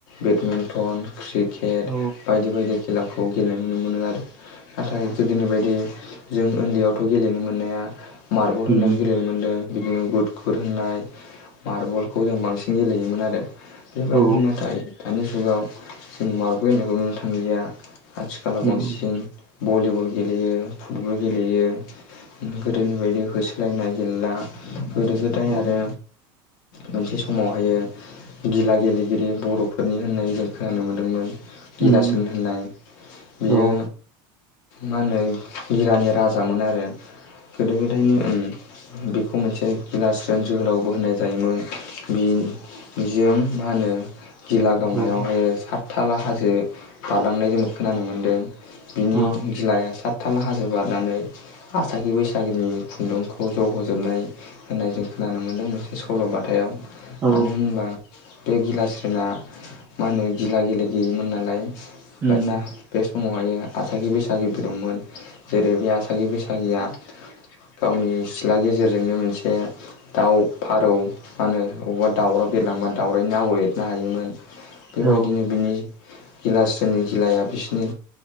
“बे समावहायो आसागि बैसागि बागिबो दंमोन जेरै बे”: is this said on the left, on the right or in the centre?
Left